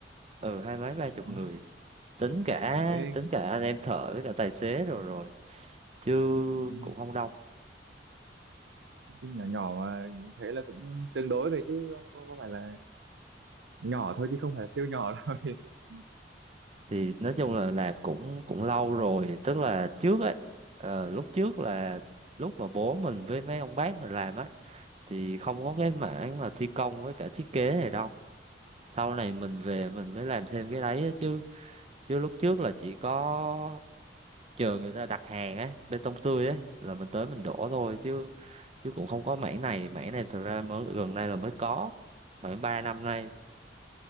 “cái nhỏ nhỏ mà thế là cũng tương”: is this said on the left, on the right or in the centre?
Right